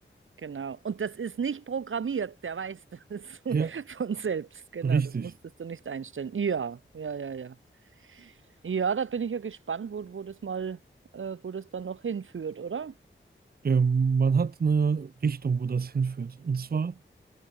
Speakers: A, on the right; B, on the right.
A: genau. Und das ist nicht programmiert, der weiß das <laughs>
B: Ja,
A: von selbst. Genau,
B: richtig.
A: das musstest du nicht einstellen. Ja, ja, ja, ja. Ja, da bin ich ja gespannt, wo, wo das mal, äh, wo das dann noch hinführt, oder?
B: Ähm, man hat eine Richtung, wo das hinführt. Und zwar,